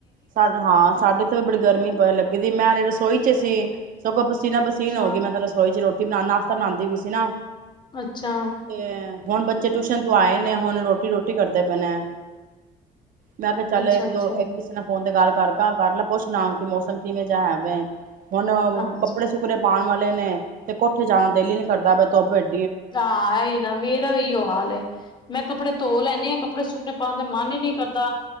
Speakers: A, on the right; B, on the left.
A: ਸਾਡਾ ਹਾਂ, ਸਾਡੇ ਤੇ ਬੜੀ ਗਰਮੀ ਬਹੁਤ ਲੱਗੀ। ਮੈਂ ਹਲੇ ਰਸੋਈ ਚ ਸੀ। ਸਗੋਂ ਪਸੀਨਾ-ਪਸੀਨ
B: ਅੱਛਾ,
A: ਹੋ ਗਈ, ਮੈਂ ਤਾਂ ਰਸੋਈ ਚ ਰੋਟੀ ਬਣਾਉਣ ਨਾਲ ਬਨਾਉਂਦੀ ਵੀ ਸੀ ਨਾ
B: ਅੱਛਾ,
A: ਤੇ ਹੁਣ ਬੱਚ ਬੱਚੇ ਟਿਊਸ਼ਨ ਤੋਂ ਆਏ ਨੇ। ਹੁਣ ਰੋਟੀ-ਰੋਟੀ ਕਰਦੇ ਪਏ ਨੇ ਮੈਂ ਕਿਹਾ ਚੱਲ
B: ਅੱਛਾ,
A: ਇੱਕ-ਦੋ,
B: ਅੱਛਾ
A: ਇੱਕ ਕਿਸੇ ਨਾਲ ਫੋਨ ਤੇ ਗੱਲ ਕਰ ਕਰ ਲੈ ਪੁੱਛ ਲਾਂ ਕਿ ਮੌਸਮ ਕਿਵੇਂ ਜਾ ਹੈਵੇ ਹੁਣ,
B: ਹਾਂਜੀ।
A: ਕੱਪੜੇ ਸੁੱਕਣੇ ਪਾਉਣ ਵਾਲੇ ਨੇ ਤੇ ਕੋਠੇ ਜਾਣ ਨੂੰ ਦਿਲ ਹੀ ਨੀ ਕਰਦਾ, ਵੀ ਧੁੱਪ ਵਿੱਚ
B: ਹਾਂ, ਇਹ ਹੀ ਨਾ। ਮੇਰਾ ਵੀ ਏਹੀਓ ਹਾਲ ਹੈ। ਮੈਂ ਕੱਪੜੇ ਧੋ ਲੈਨੀ ਆ ਕੱਪੜ ਕੱਪੜੇ ਸੁੱਕਨੇ ਪਾਉਣ ਦਾ ਮਨ ਹੀ ਨਹੀਂ ਕਰਦਾ